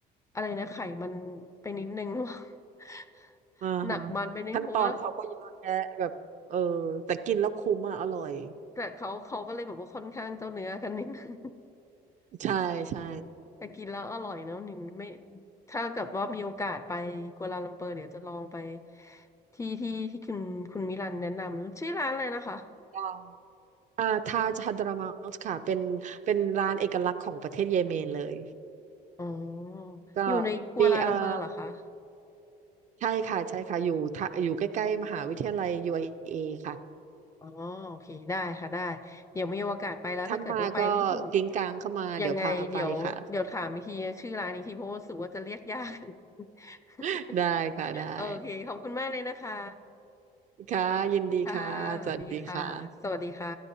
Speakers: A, on the left (about 20°); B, on the right (about 45°).
A: อะไรนะไขมันไปนิดนึง <laughs>
B: อ่าฮะ
A: หนักมันไปนิดเพราะว่า
B: ขั้นตอนเขาก็เยอะแยะแบบเออแต่กินแล้วคุ้มอ่ะอร่อย
A: แต่เขาเขาก็เลยแบบว่าค่อนข้างเจ้าเนื้อกันนิดนึง
B: ใช่ใช่
A: แต่กินแล้วอร่อยเนอะนิมไม่ถ้าเกิดว่ามีโอกาสไปกัวลาลัมเปอร์เดี๋ยวจะลองไปที่ที่ที่คุณคุณมิลันแนะนำชื่อร้านอะไรนะคะ
B: ยังอ่าทาจฮัดรามัสค่ะเป็นเป็นร้านเอกลักษณ์ของประเทศเยเมนเลย
A: อ๋อ
B: ก็
A: อยู่ในกัวลาลัมเปอร์เหรอคะ
B: มีเอ่อใช่ค่ะใช่ค่ะอยู่ทะอยู่ใกล้ๆมหาวิทยาลัย UIA ค่ะ
A: อ๋อโอเคได้ค่ะได้เดี๋ยวมีโอกาสไปแล้วถ้าเกิดว่าไปไม่ถูก
B: ถ้ามาก็กิ้งกลางเข้ามาเดี๋ยวพาไปค่ะ
A: ยังไงเดี๋ยวเดี๋ยวถามอีกทีชื่อร้านอีกทีเพราะว่ารู้สึกว่าจะเรียกยาก <laughs>
B: <laughs> ได้ค่ะได้
A: โอเคขอบคุณมากเลยนะคะ
B: ค่ะยินดีค่ะสวัสดีค่ะ
A: ค่ะสวัสดีค่ะสวัสดีค่ะ